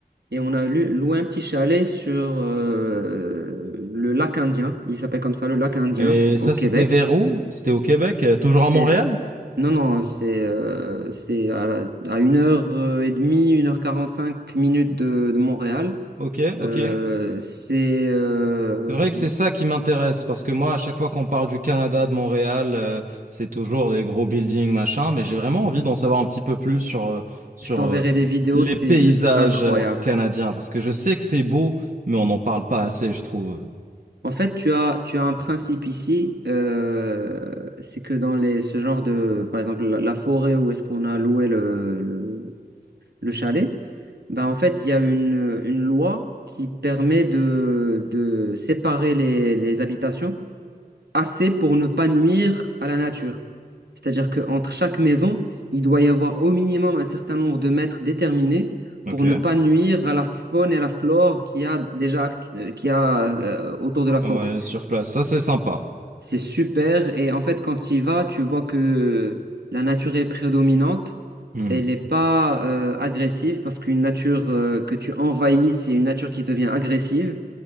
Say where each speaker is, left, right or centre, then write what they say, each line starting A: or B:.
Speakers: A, on the right; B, on the right.
A: et on a lu- loué un petit chalet sur euh, le lac Indien. Il s'appelle comme ça, le lac Indien,
B: Et ça,
A: au Québec.
B: c'était vers où? C'était au Québec, euh, toujours à Montréal?
A: Et- non, non, c'est euh, c'est à, à une heure euh, et demie, une heure quarante-cinq minutes de, de Montréal.
B: Ok, ok.
A: Euh, c'est, euh,
B: C'est vrai que c'est ça qui m'intéresse, parce que moi, à chaque fois qu'on parle du Canada, de Montréal, euh, c'est toujours les gros buildings, machin, mais j'ai vraiment envie d'en savoir un petit peu plus sur, euh, sur
A: je t'enverrai
B: euh,
A: des vidéos,
B: les
A: c'est
B: paysages
A: juste incroyable.
B: euh, canadiens, parce que je sais que c'est beau, mais on n'en parle pas assez, je trouve.
A: En fait, tu as, tu as un principe ici, euh, c'est que dans les, ce genre de, par exemple, la, la forêt où est-ce qu'on a loué le le- le chalet, bah en fait, il y a une, une loi qui permet de, de séparer les, les habitations assez pour ne pas nuire à la nature. C'est-à-dire qu'entre chaque maison, il doit y avoir au minimum un certain nombre de mètres déterminés
B: Ok.
A: pour ne pas nuire à la faune et à la flore qu'il y a déjà actu- euh, qu'il y a euh, autour de la
B: Ouais,
A: forêt.
B: sur place, ça c'est sympa.
A: C'est super. Et en fait, quand tu y vas, tu vois que la nature est prédominante.
B: Hmm.
A: Elle n'est pas euh, agressive parce qu'une nature euh, que tu envahis, c'est une nature qui devient agressive.